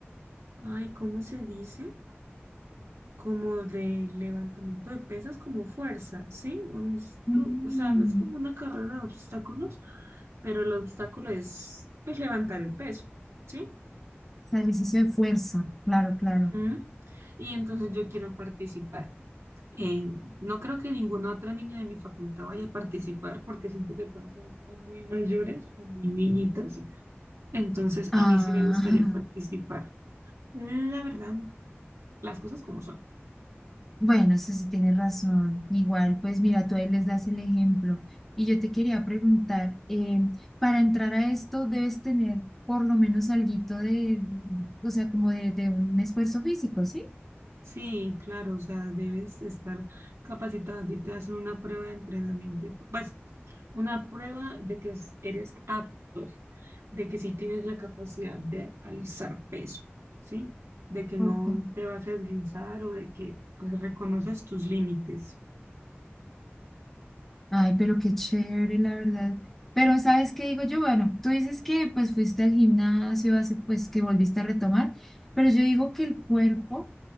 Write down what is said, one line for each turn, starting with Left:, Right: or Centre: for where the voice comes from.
Right: ay, ¿cómo se dice? como de levantamiento de pesas, como fuerza, ¿sí? Un estu-
Centre: Mm,
Right: O sea, es como una carrera de obstáculos, pero el obstáculo es, pues, levantar el peso, ¿sí?
Centre: o sea, ejercicio de fuerza, claro, claro.
Right: Ujú. Y entonces yo quiero participar. Eh, no creo que ninguna otra niña de mi facultad vaya a participar porque siento que todas son o muy mayores o muy niñitas. Entonces
Centre: ah
Right: a mí sí me gustaría participar. La verdad, las cosas como son.
Centre: Bueno, eso sí tienes razón. Igual, pues mira, tú ahí les das el ejemplo. Y yo te quería preguntar, em, para entrar a esto debes tener por lo menos alguito de, o sea, como de, de un esfuerzo físico, ¿sí?
Right: Sí, claro, o sea, debes estar capacitado. A ti te hacen una prueba de entrenamiento, y, pues una prueba de que es- eres apto, de que sí tienes la capacidad de alzar peso, ¿sí? De que
Centre: Ok.
Right: no te vas a esguinzar o de que pues reconoces tus límites.
Centre: Ay, pero qué chévere, la verdad. Pero ¿sabes qué digo yo? Bueno, tú dices que pues fuiste al gimnasio hace pues que volviste a retomar, pero yo digo que el cuerpo